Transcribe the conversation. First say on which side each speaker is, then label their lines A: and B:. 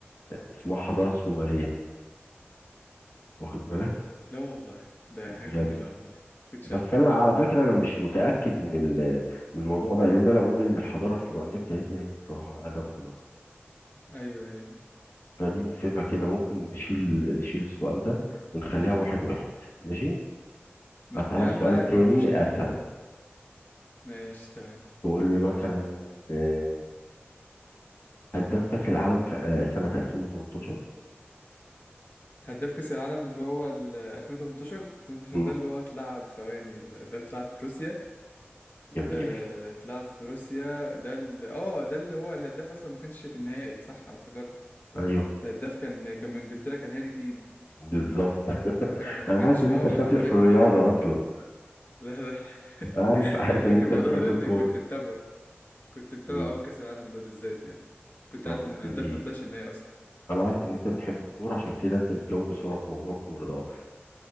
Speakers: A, on the left; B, on the left.
A: اسمها الحضارة السومرية واخد بالك
B: لا والله ده
A: بجد
B: حاجة جميلة والله كنتش
A: بس
B: عارف
A: أنا
B: الموضوع
A: على
B: ده
A: فكرة أنا مش متأكد من ال- من الموضوع ده لأن أنا بقول إن الحضارة الفرعونية بتاعتنا هي بصراحة أقدم حضارة
B: أيوه أيوه
A: فدي نسيبها كده ممكن نشيل نشيل السؤال ده ونخليها واحد واحد ماشي
B: ما...
A: أسألك
B: يا عم
A: سؤال
B: لا عادي
A: تاني
B: مش مشكلة
A: أسهل
B: ماشي تمام
A: تقول
B: مش
A: لي مثلا
B: مشكلة
A: آه، هداف كأس العالم في آه، سنة 2018
B: هداف كأس العالم اللي هو ال 2018 2018
A: مم.
B: ده اللي هو اتلعب ثواني ده اتلعب في روسيا
A: جميل
B: آه، اتلعب في روسيا ده اللي اه ده اللي هو الهداف اصلا ما كانش في النهائي صح انا افتكرت
A: ايوه
B: الهداف كان كان من انجلترا كان هاري كين
A: بالظبط <laughs>
B: وما كان- وما
A: انا
B: كانش
A: عارف ان
B: اه
A: انت شاطر
B: انا فاكر
A: في الرياضه
B: الموضوع ده
A: اصلا
B: لا لا
A: عارف
B: <laughs>
A: عارف
B: انا فاكر
A: ان انت
B: الموضوع
A: بتحب
B: ده لاني
A: الكوره
B: كنت متابعه كنت متابع
A: مم.
B: اول كاس العالم ده بالذات يعني كنت
A: طب
B: عارف
A: قول
B: ان الهداف
A: لي إيه؟
B: ما طلعش النهائي اصلا
A: انا عارف ان انت بتحب الكوره عشان كده انت بتجاوب بسرعه في موضوع الكوره ده اصلا